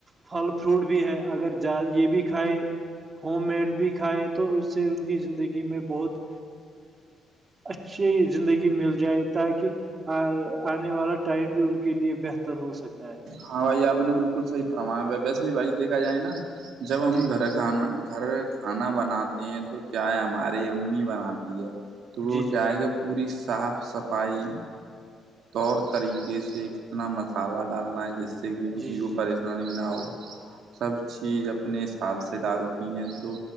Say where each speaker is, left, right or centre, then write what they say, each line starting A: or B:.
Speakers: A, on the right; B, on the right.
A: پھل فروٹ بھی ہے اگر ج یہ بھی کھائے ہوم میڈ بھی کھائے تو اس سے ان کی زندگی میں بہت اچھی زندگی مل جائے تاکہ آنے والا ٹائم بھی ان کے لیے بہتر ہو سکتا ہے
B: ہاں بھائی آپ نے بالکل صحی فرمایا ویسے بھی بھائی دیکھا جائے نا جب ہم
A: جی
B: گھر کانا گھر کھانا بناتے ہیں تو کیا ہے ہماری امی بناتی ہے تو وہ
A: جی جی
B: کیا آئے گا پوری صاف صفائی طور طریقے سے کتنا مسالہ ڈالنا ہے جس سے کہ کسی
A: جی جی جی
B: کو نانی نہ ہو سب چیز اپنے حساب سے ڈالتی ہیں تو